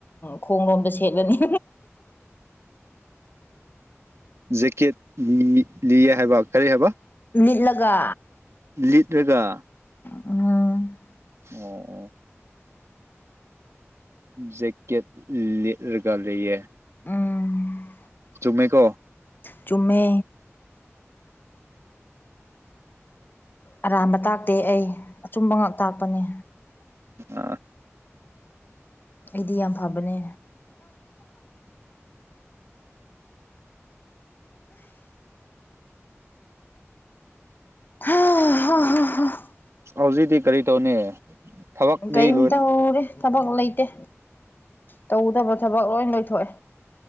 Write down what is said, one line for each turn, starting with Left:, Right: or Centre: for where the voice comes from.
Left: ꯈꯣꯡ ꯂꯣꯝꯗ ꯁꯦꯠꯂꯅꯤ
Right: ꯖꯦꯛꯀꯦꯠ ꯂꯤꯌꯦ ꯍꯥꯏꯕ ꯀꯔꯤ ꯍꯥꯏꯕ
Left: ꯂꯤꯠꯂꯒ
Right: ꯂꯤꯠꯂꯒ
Left: ꯎꯝ
Right: ꯑꯣ ꯑꯣ ꯖꯦꯛꯀꯦꯠ ꯂꯤꯂꯒ ꯂꯩꯦ
Left: ꯎꯝ
Right: ꯆꯨꯝꯃꯦꯀꯣ
Left: ꯆꯨꯝꯃꯦ ꯑꯔꯥꯟꯕ ꯇꯥꯛꯇꯦ ꯑꯩ ꯑꯆꯨꯝꯕ ꯉꯛ ꯇꯥꯛꯄꯅꯦ
Right: ꯑꯥ
Left: ꯑꯩꯗꯤ ꯌꯥꯝ ꯐꯕꯅꯦ ꯍꯥ
Right: ꯍꯧꯖꯤꯛꯤ ꯀꯔꯤ ꯇꯧꯅꯤ ꯊꯕꯛꯇꯤ
Left: ꯎꯝ ꯀꯔꯤꯝ
Right: ꯂꯣꯏꯔ
Left: ꯇꯧꯔꯦ ꯊꯕꯛ ꯂꯩꯇꯦ ꯇꯧꯗꯕ ꯊꯕꯛ ꯂꯣꯏ ꯂꯣꯏꯊꯣꯛꯑꯦ